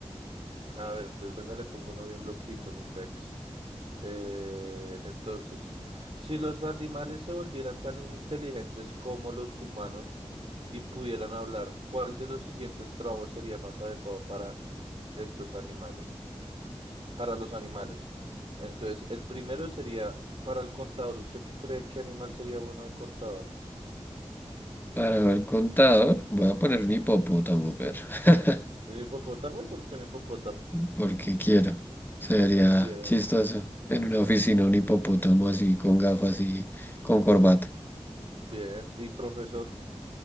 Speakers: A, on the right; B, on the left.
A: A ver, entonces venga, le pongo uno bien loquito, mi pex. Eh, entonces, si los animales se volvieran tan inteligentes como los humanos y pudieran hablar, ¿cuál de los siguientes trabajos sería más adecuado para estos animales? para los animales. Entonces, el primero sería para el contador. ¿Usted qué cree que animal sería bueno de contador?
B: Para el contador, voy a poner un hipopótamo, pero <laughs>
A: ¿Un hipopótamo? ¿Y por qué un hipopótamo?
B: porque quiero. Sería
A: Bien,
B: chistoso. En una oficina, un hipopótamo así, con gafas y con corbata.
A: bien. ¿Y profesor?